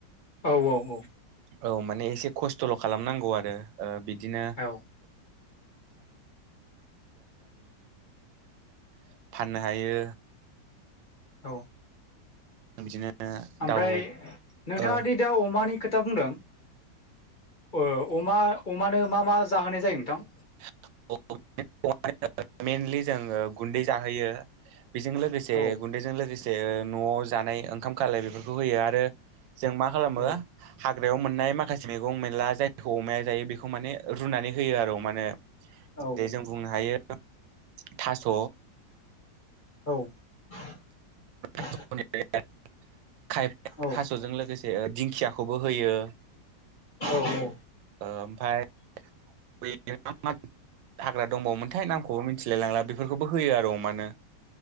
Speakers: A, on the left; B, on the right.
A: औ औ औ।
B: औ माने एसे खस्थ'ल' खालामनांगौ ओ बिदिनो।
A: औ
B: <inaudible> फाननो हायो।
A: औ
B: बिदिनो
A: ओमफ्राय
B: दाउ
A: नोंथाङादि
B: ओ
A: गाव अमानि खोथा बुंदों। ओअमा अमानो मा मा जाहोनाय जायो नोंथां।
B: <inaudible> मेनलि जोङो गुन्दै जाहोयो। बेजों लोगोसे
A: औ
B: गुन्दैजों लोगोसे न'आव जानाय ओंखाम खालाय बेफोरखौ होयो आरो। जों मा खालामो
A: औ
B: हाग। हाग्रायाव मोननाय माखासे मैगं मेरला जायखौ अमाया जायो बेखौ माने रुनानै होयो आरो माने
A: औ
B: जे जों बुंनो हायो थास'।
A: औ। <unintelligible>
B: <inaudible> खायफाया
A: औ
B: थास'जों लोगोसे दिंखियाखौबो होयो।
A: औ औ
B: ओमफ्राय। <inaudible> हाग्रा दंबावोमोनथाय नामखौबो मिथिलाय लांला बेफोरखौबो होयो आरो अमानो।